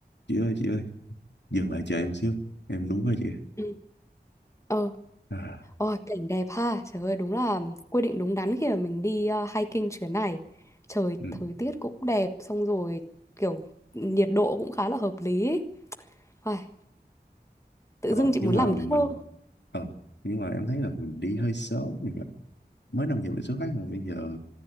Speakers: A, on the left (about 85°); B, on the left (about 15°).
A: chị ơi chị ơi dừng lại chờ em xíu em đú rồi chị
B: Ừ. Ờ,
A: à
B: ôi, cảnh đẹp ha. Trời ơi, đúng là quyết định đúng đắn khi mà mình đi ờ, hiking chuyến này. Trời,
A: ừ
B: thời tiết cũng đẹp, xong rồi kiểu nhiệt độ cũng khá là hợp lý. ý. Ai, tự
A: ờ
B: dưng chị
A: nhưng
B: muốn
A: mà
B: làm
A: mình
B: thơ.
A: ờ nhưng mà em thấy là mình đi hơi sớm rồi kìa. mới năm giờ mình xuất phát mà bây giờ